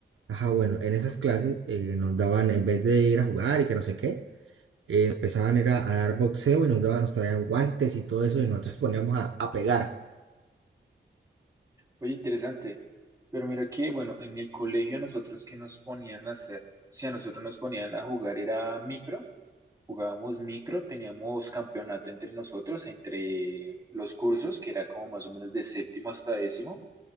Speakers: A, on the right; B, on the right.
A: Ajá, bueno, en esas clases eh, nos daban, en vez de ir a jugar y que no sé qué, empezaban era a dar boxeo y nos daban, nos traían guantes y todo eso y nosotros <laughs> poníamos a, a pegar.
B: Oye, interesante. Pero mira que, bueno, en el colegio a nosotros que nos ponían a hacer, si a nosotros nos ponían a jugar era micro, jugábamos micro, teníamos campeonato entre nosotros, entre los cursos, que era como más o menos de séptimo hasta décimo.